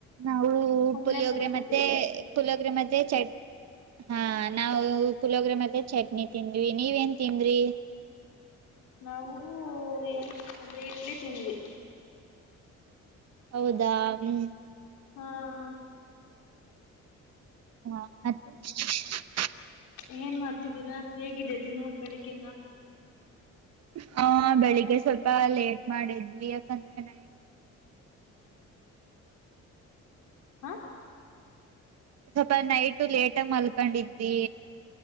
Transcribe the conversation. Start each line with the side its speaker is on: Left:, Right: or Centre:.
Right: ನಾವು
Left: ಸುಮ್ನೆ
Right: ಪುಲಿಯೋಗ್ರೆ
Left: ಕೂತಿದ್ದೀವಿ
Right: ಮತ್ತೆ ಪುಲಕ್ ವ ಮ ಚ <unintelligible> ಹಾ ನಾವು ಪುಳಿವೊಗ್ರೆ ಮತ್ತೆ ಚಟ್ನಿ ವಿ ನೀವೆನ್ ತಿಂದ್ರಿ
Left: ನಾವು ಏನ್ ತಿಿಂದ ಅಂದ್ರೆ ಇಡ್ಲಿ ತಿಂದ್ವಿ
Right: ಹೌದಾ ಹ್ಮ್
Left: ಹಾ ಹಾ
Right: ಹಾ ಮತ್ತೆ <inaudible>
Left: ಏನ್ ಮಾಡ್ತಿದ್ದೀರಾ ಹೇಗಿದೆ ದಿನ ಬೆಳಿಗ್ಿಂದ
Right: ಹ ಬೆಳಿಗ್ಗೆ ಸ್ವಲ್ಪ ಲೇಟ್ ಮಾಡಿದ್ವಿ ಯಾಕಂದ್ರೆ ನೈಟ್
Left: ಹಾ
Right: ಸ್ವಲ್ಪ ನೈಟ್ ಲೇಟ್ಗ ಮಲ್ಕೊಂಡಿದ್ವಿ